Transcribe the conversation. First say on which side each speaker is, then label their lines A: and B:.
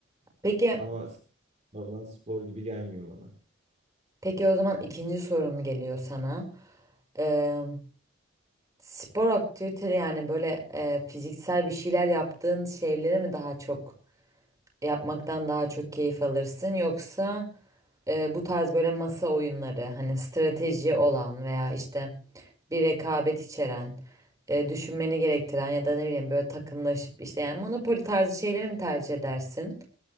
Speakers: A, on the right; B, on the right.
A: Peki,
B: Ama falan spor gibi gelmiyor bana.
A: peki o zaman ikinci sorum geliyor sana. E, spor aktiviteleri yani böyle e, fiziksel bir şeyler yaptığın şeyleri mi daha çok yapmaktan daha çok keyif alırsın yoksa e, bu tarz böyle masa oyunları hani strateji olan veya işte bir rekabet içeren, e, düşünmeni gerektiren ya da ne bileyim böyle takımlaşıp işte yani monopoli tarzı şeyleri mi tercih edersin?